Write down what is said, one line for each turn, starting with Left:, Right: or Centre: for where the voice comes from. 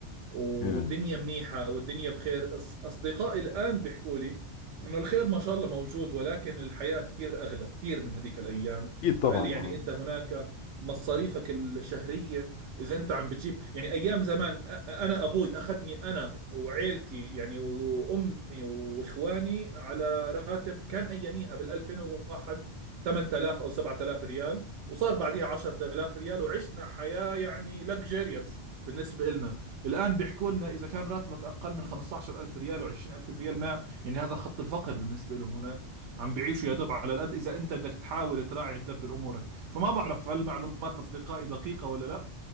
Right: والدنيا
Left: yeah.
Right: منيحة والدنيا بخير أص- اصدقائي الان بيحكوا لي انه الخير ما شاء الله موجود ولكن الحياة كثير اغلى كثير من هذيك الايام
Left: أكيد طبعا
Right: قال لي يعني
Left: اه
Right: انت هناك مصاريفك الشهرية اذا انت عم بتجيب يعني ايام زمان أ- انا ابوي اخذني انا وعيلتي يعني وامي واخواني على راتب كان اياميها بال2001 8000 او 7000 ريال وصار بعديها 10000 ريال وعشنا حياه يعني لكجيريوس بالنسبه لنا الان بيحكوا لنا اذا كان راتبك اقل من 15000 ريال و20000 ريال ما يعني هذا خط الفقر بالنسبه لهم هناك عم بيعيشوا يا دوب على القد اذا انت بدك تحاول تراعي تدبر امورك فما بعرف هل معلومات اصدقائي دقيقه ولا لا